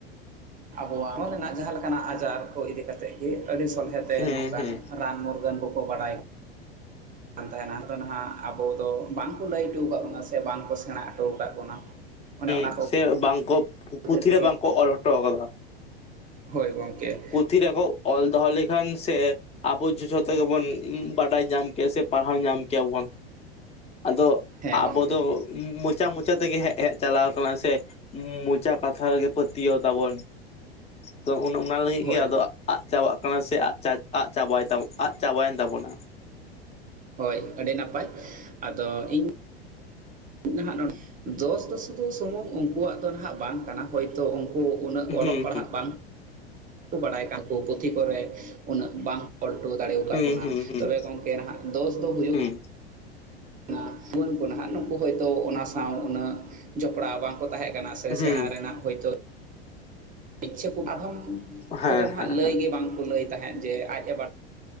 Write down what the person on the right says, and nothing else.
ᱟᱵᱚᱣᱟᱜ ᱨᱮᱱᱟᱜ ᱡᱟᱦᱟᱸ ᱞᱮᱠᱟᱱᱟᱜ ᱟᱡᱟᱨ ᱠᱚ ᱤᱫᱤ ᱠᱟᱛᱮ ᱛᱮᱦᱮᱫ ᱟᱹᱰᱤ ᱥᱚᱞᱦᱮᱛᱮ
ᱱᱚᱝᱠᱟᱱ
ᱨᱟᱱ ᱢᱩᱨᱜᱟᱹᱱ ᱠᱚᱠᱚ ᱵᱟᱲᱟᱭ ᱠᱟᱱ ᱛᱟᱦᱮᱱᱟ ᱟᱫᱚ ᱱᱟᱦᱟᱜ ᱟᱵᱚ ᱫᱚ ᱵᱟᱝᱠᱚ ᱞᱟᱹᱭ ᱴᱩ ᱠᱟᱜ ᱵᱚᱱᱟ ᱥᱮ ᱵᱟᱝᱠᱚ ᱥᱮᱬᱟ ᱴᱩ ᱠᱟᱜ ᱵᱚᱱᱟ ᱚᱱᱮ ᱚᱱᱟ ᱠᱚ
ᱠᱷᱟᱹᱛᱤᱨ
ᱛᱮᱜᱮ
ᱦᱳᱭ ᱜᱚᱝᱠᱮ
ᱦᱮᱸ ᱜᱚᱢᱠᱮ
ᱦᱳᱭ
ᱦᱳᱭ ᱟᱹᱰᱤ ᱱᱟᱯᱟᱭ ᱟᱫᱚ ᱤᱧ ᱤᱧ ᱱᱟᱦᱟᱜ ᱱᱚᱸᱰᱮ ᱫᱚᱥ ᱫᱚ ᱥᱩᱫᱩ ᱥᱚᱢᱚᱝ ᱩᱱᱠᱩᱣᱟᱜ ᱫᱚ ᱱᱟᱦᱟᱜ ᱵᱟᱝ ᱠᱟᱱᱟ᱾ ᱦᱚᱭᱛᱚ ᱩᱝᱠᱩ ᱩᱱᱟᱹᱜ
ᱚᱞᱚᱜ ᱯᱟᱲᱦᱟᱜ ᱵᱟᱝ ᱵᱟᱲᱟᱭ ᱠᱟᱱ ᱩᱱᱠᱩ ᱯᱩᱛᱷᱤ ᱠᱚᱨᱮ ᱩᱱᱟᱹᱜ ᱵᱟᱝ ᱚᱞᱴᱚ ᱫᱟᱲᱮᱣ ᱠᱟᱜ
ᱵᱚᱱᱟ
ᱛᱚᱵᱮ ᱜᱚᱝᱠᱮ ᱱᱟᱦᱟᱜ ᱫᱚᱥ ᱫᱚ ᱦᱩᱭᱩᱜ
ᱱᱟᱸᱜ ᱡᱩᱣᱟᱹᱱ ᱠᱚ ᱱᱟᱦᱟᱜ ᱱᱩᱠᱩ ᱦᱚᱭᱛᱚ ᱚᱱᱟ ᱥᱟᱶ ᱩᱱᱟᱹᱜ ᱡᱚᱯᱲᱟᱣ ᱵᱟᱝ ᱛᱟᱦᱮᱸ ᱠᱟᱱᱟ ᱥᱮ
ᱥᱮᱬᱟ ᱨᱮᱱᱟᱜ ᱦᱚᱭᱛᱚ ᱤᱪᱪᱷᱟᱹ ᱠᱚ ᱟᱫᱷᱚᱢ
ᱠᱚᱫᱚ ᱱᱟᱦᱟᱜ
ᱞᱟᱹᱭ
ᱜᱮ ᱵᱟᱝᱠᱚ ᱞᱟᱹᱭ ᱛᱟᱦᱮᱸᱫ ᱡᱮ ᱟᱡ ᱮ ᱵᱟ